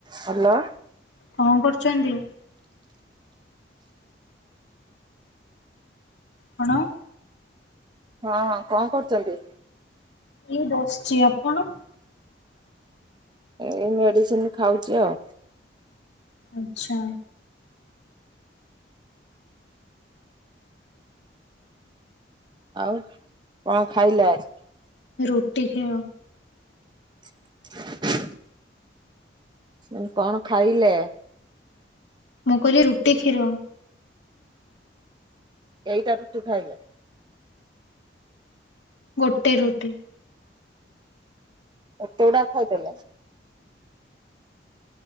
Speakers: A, on the right; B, on the left.
A: ହାଲୋ।
B: କଣ କରୁଚନ୍ତି? କଣ।
A: ହଁ କଣ କରୁଚନ୍ତି?
B: ଏଇ ବସ୍‌ଛି। ଆପଣ?
A: ଏଇ ମେଡିସିନି ଖାଉଛି ଆଉ।
B: ଆଛା।
A: ଆଉ କଣ ଖାଇଲେ ଆଜି?
B: ରୁଟି କ୍ଷୀର।
A: <inaudible> ଉଁ କଣ ଖାଇଲେ।
B: ମୁଁ କହିଲି ରୁଟି କ୍ଷୀର।
A: କେଇଟା ରୁଟି ଖାଇଲ।
B: ଗୋଟେ ରୁଟି।
A: ଏତେଉଡି ଖାଇ ଦେଲ।